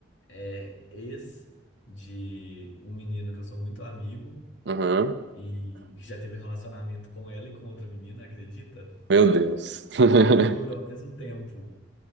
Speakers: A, on the left (about 75°); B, on the right (about 65°).
A: é ex de um menino que eu sou muito amigo
B: Uhum.
A: e que já teve um relacionamento com ela e com outra menina, acredita?
B: Meu Deus. <laughs>
A: juro, ao mesmo tempo.